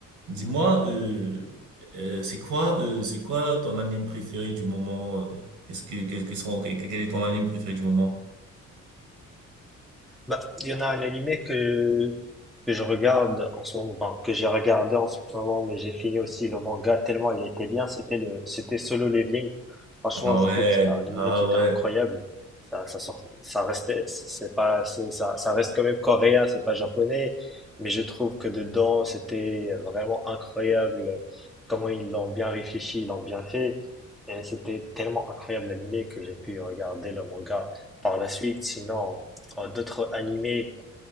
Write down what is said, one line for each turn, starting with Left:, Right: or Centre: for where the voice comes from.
Right: Dis-moi, euh, euh, c'est quoi, euh, c'est quoi ton anime préféré du moment? euh Qu'est-ce que, quels que sont, quel, quel est ton anime préféré du moment?
Centre: Bah, il y en a un animé que, que je regarde en ce moment, bon, que j'ai regardé en ce moment, mais j'ai fini aussi le manga tellement il était bien, c'était le, c'était Solo Leveling. Franchement,
Right: Ah
Centre: je
Right: ouais,
Centre: trouve que c'était un animé
Right: ah
Centre: qui était
Right: ouais.
Centre: incroyable. Ça, ça sort, ça restait, c'est c'est pas, c'est- ça, ça reste quand même coréen, c'est pas japonais, mais je trouve que dedans, c'était vraiment incroyable comment ils l'ont bien réfléchi, ils l'ont bien fait. Et c'était tellement incroyable l'animé que j'ai pu regarder le manga par la suite. Sinon, euh, D'autres animés